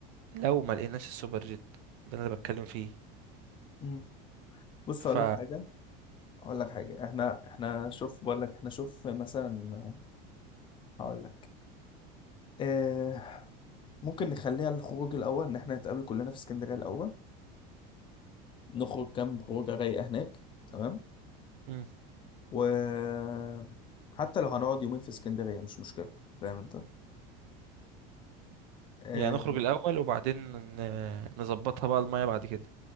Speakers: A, on the right; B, on the left.
A: لو ما لقيناش السوبر جيت ده اللي أنا بتكلم فيه
B: م. بص
A: ف
B: اقول لك حاجة اقول لك حاجة احنا احنا شوف بقول لك احنا شوف مثلا هقول لك اه ممكن نخليها الخروج الاول ان احنا نتقابل كلنا في اسكندرية الاول نخرج كام خروجة رايقة هناك تمام
A: مم.
B: وحتى لو هنقعد يومين في اسكندرية مش مشكلة فاهم انت اه
A: يعني نخرج الأول وبعدين ن- نظبطها بقى المية بعد كده